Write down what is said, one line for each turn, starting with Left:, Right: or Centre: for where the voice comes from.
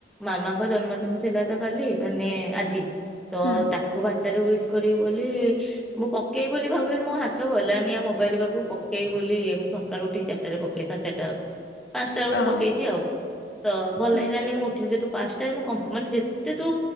Centre: ମାମାଙ୍କ ଜନ୍ମଦିନ ଥିଲା ତ କାଲି ମାନେ ଆଜି। ତ
Left: ହୁଁ
Centre: ତାକୁ ବାଟ ରୁ ୱିଶ୍ କରିବି ବୋଲି ମୁଁ ପକେଇବି ବୋଲି ଭାବୁଥିଲି ମୋ ହାତ ଗଲାନି ଆ ମୋବାଇଲ ପାଖକୁ ପକେଇବ ବୋଲି ମୁଁ ସକାଳୁ ଉଠିକି ଚାରିଟା ରେ ପକେଇବ ସଢେଚରିଟା ବେଳୁ। ପାଞ୍ଚଟା ବେଳକୁ
Left: ଅ
Centre: ପକେଇଛି ଆଉ। ତ ଭଲ
Left: ହୁଁ
Centre: ଲାଗିଲାନି ମୁଁ ଉଠିଲି ଯେ ତୁ ପାଞ୍ଚଟାରେ ମୁଁ କମ୍ ମାନେ ଯେତେ ତୁ